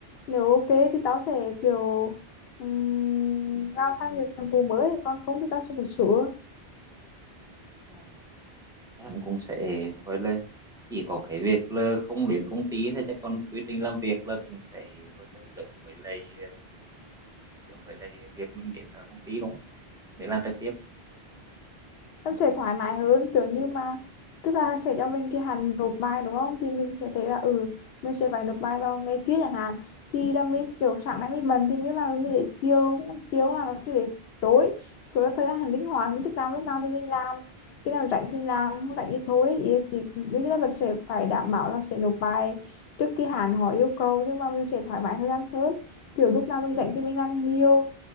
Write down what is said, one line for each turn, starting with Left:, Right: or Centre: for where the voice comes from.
Left: nếu ok thì tao sẽ kiểu ừm, làm sang nhiệm vụ mới còn không thì tao sẽ phải sửa
Centre: Ờ, thì hắn cũng sẽ gọi là chỉ có cái việc là không đến công ty thôi chứ còn quy trình làm việc là cũng sẽ gọi là giống với lại ờ, giống với lại việc mình đến ở công ty đúng không để làm trực tiếp
Left: Nó sẽ thoải mái hơn kiểu như mà tức là sẽ cho mình cái hạn nộp bài đúng không thì mình sẽ thấy là ừ mình sẽ phải nộp bài vào ngày kia chẳng hạn thì là mình kiểu sáng nay mình bận thì mình làm mình để chiều chiều là nó sẽ để tối kiểu là thời gian linh hoạt mình thích làm lúc nào thì mình làm khi nào rảnh thì làm không rảnh thì thôi ý là chỉ đương nhiên là mình sẽ phải đảm bảo là sẽ nộp bài trước khi hạn họ yêu cầu nhưng mà mình sẽ thoải mái thời gian hơn kiểu lúc nào mình rảnh thì mình làm nhiều